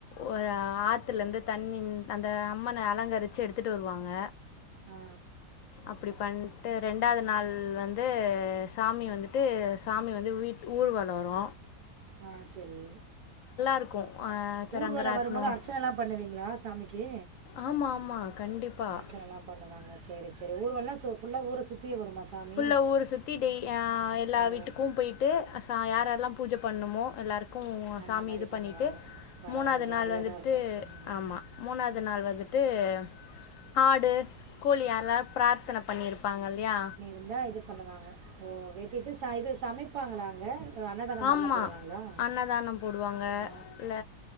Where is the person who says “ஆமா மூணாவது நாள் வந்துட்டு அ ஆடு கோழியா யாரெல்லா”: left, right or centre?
Left